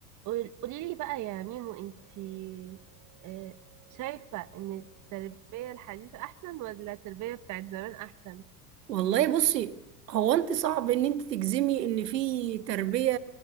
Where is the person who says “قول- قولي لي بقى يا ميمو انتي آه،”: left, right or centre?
Right